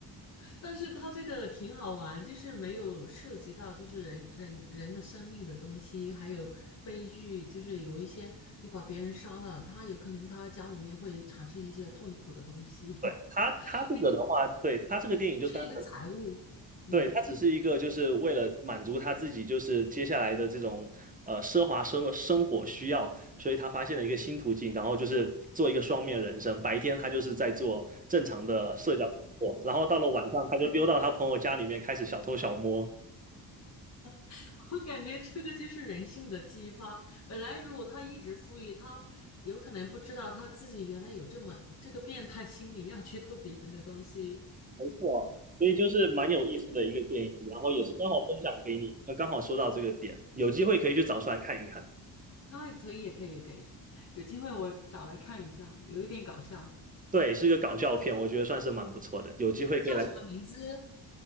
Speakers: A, on the left; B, on the right.
A: 但是他这个挺好玩，就是没有涉及到就是人人人的生命的东西，还有悲剧，就是有一些你把别人杀了，他有可能他家里面会产生一些痛苦的东西，
B: 对他他这个的话，
A: <laughs> 这个
B: 对他这个电影就单纯。
A: 只是一个财务。嗯，
B: 对，他只是一个，就是为了满足他自己，就是接下来的这种呃奢华生生活需要，所以他发现了一个新途径，然后就是做一个双面人生。白天他就是在做正常的社交工作，然后到了晚上他就溜到他朋友家里面开始小偷小摸。
A: <laughs> 我感觉这个就是人性的激发。本来如果他一直富裕，他有可能不知道他自己原来有这么这个变态心理，要去偷别人的东西。
B: 没错，所以就是蛮有意思的一个电影，然后也是刚好分享给你。那刚好说到这个点，有机会可以去找出来看一看。
A: 那可以，可以，可以，有机会我找来看一下，有一点搞笑。
B: 对，是一个搞笑片，我觉得算是蛮不错的，有机会可以来。
A: 叫什么名字？